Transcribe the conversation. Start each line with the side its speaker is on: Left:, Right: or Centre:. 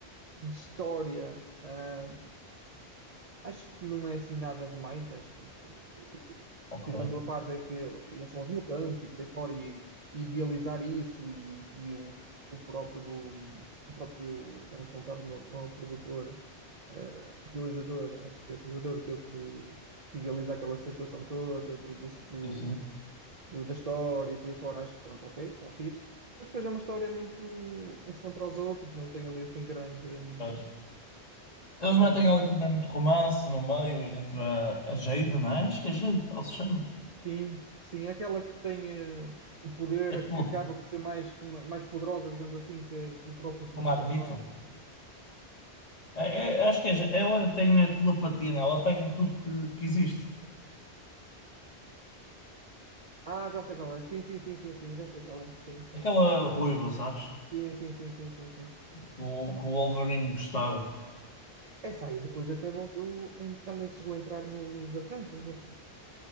Right: de história, ah, Acho que não é assim nada demais, acho que o- o-
Left: ok.
Right: tirando a parte é que eles são os mutantes e por aí fora, e, e idealizar isso, e, e o, o próprio, o próprio, estava a faltar o nome, não é o produtor, eh, o realizador, acho que é o realizador que, é o que o- que idealiza aquela situação toda do, dos- do-
Left: Sim, sim.
Right: do- da história e por aí fora, acho que pronto, ok, está fixe. Mas depois é uma história muito uns contra os outros, não tem ali assim grande, hum,
Left: Pois. Eles
Right: grande
Left: metem ali também muito romance no meio entre a, a Jade, não é? Acho que é Jade, que ela se chama.
Right: Sim, sim, é aquela que tem eh, o poder
Left: É tudo,
Right: que acaba por ser mais, ma- mais poderosa, digamos assim, que, que o próprio professor,
Left: com o Magneto.
Right: não é?
Left: É, é- acho que é, Ja- ela tem a telepatia, né? Ela pega em tudo que, que existe.
Right: Ah, já sei qual é. Sim, sim, sim, sim, sim, já sei qual é. Sim, sim.
Left: Aquela ruiva, sabes?
Right: Sim, sim, sim, sim, sim, sim.
Left: Que o, que o Wolverine gostava.
Right: Essa aí depois até voltou. em- Ela chegou a entrar nos Avengers, não foi?